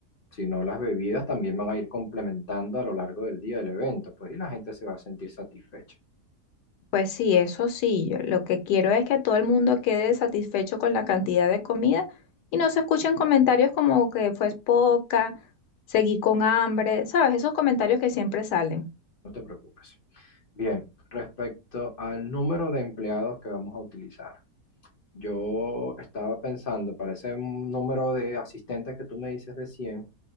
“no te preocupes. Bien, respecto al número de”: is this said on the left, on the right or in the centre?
Left